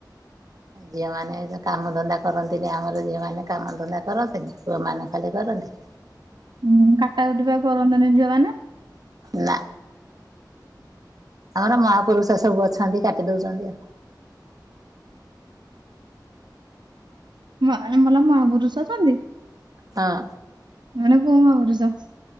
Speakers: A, on the right (about 55°); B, on the right (about 80°).
A: ଝିଅମାନେ କାମ ଧନ୍ଦା କରନ୍ତିନି ଆମର ଝିଅ ମାନେ କାମ ଧନ୍ଦା କରନ୍ତିନି ପୁଅ ମାନେ ଖାଲି କର କରନ୍ତି।
B: ହୁଁ କାଟା କଟିବା କରନ୍ତନି ଝିଅମାନେ।
A: ନା। ଆମର ମହାପୁରୁଷ ସବୁ ଅଛନ୍ତି କାଟି ଦଉଛନ୍ତି ଆଉ।
B: ମଲା ମହାପୁରୁଷ ଅଛନ୍ତି
A: ହଁ।
B: ମାନେ <unintelligible>